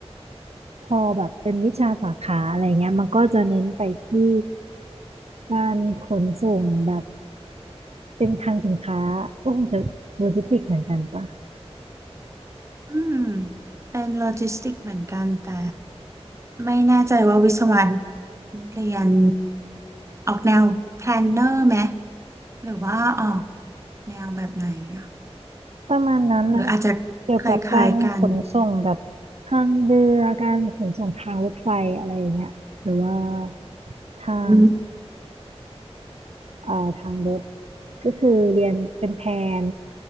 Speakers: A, on the right (about 70°); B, on the right (about 25°).
A: พอแบบเป็นวิชาสาขาอะไรเงี้ยมันก็จะเน้นไปที่การขนส่งแบบเป็นคลังสินค้าโอ้จะโลจิสติกเหมือนกันปะ
B: อืมเป็นโลจิสติกเหมือนกันแต่ไม่แน่ใจว่าวิศวะเรียนออกแนวแพลนเนอร์ไหมหรือว่าออกแนวแบบไหนอะ
A: ประมาณนั้นนะ
B: หรืออาจจะ
A: เกี่ยวกับการขนส่งแบบทางเรือการขนส่งทางรถไฟอะไรอย่างเงี้ยหรือว่า
B: คล้ายๆกัน
A: ทาง
B: อืม
A: เอ่อทางรถก็คือเรียนเป็นแผน